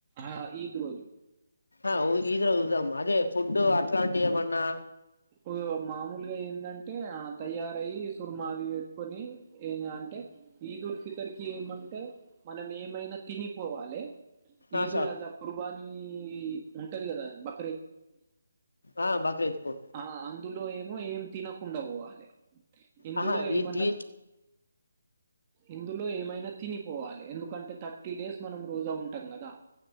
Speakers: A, on the right; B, on the left.
A: అ ఈద్ రోజు
B: ఆఊ ఈద్రోజుదయం అదే ఫుడ్ అట్లాంటి ఏమన్నా
A: పూ మామూల్గా ఏందంటే తయారయ్యి సుర్మావి వెట్టుకొని టే ఈదు ఉల్ ఫితర్ కి ఏమంటే మనమేమైన తినిపోవాలె ఈద్ల్
B: ఆ సార్
A: అజా కుర్బానీ ఉంటది గదా బ
B: ఆ బాక తుకు
A: ఆ అందులో ఏమో ఏం తినకుండా పోవాలె ఇందులో
B: ఆహా ఈ
A: ఏమన్నా
B: దీ
A: ఇందులో ఏమైన తని పోవాలె ఎందుకంటే థర్టీ డేస్ మనం రోజా ఉంటాం గదా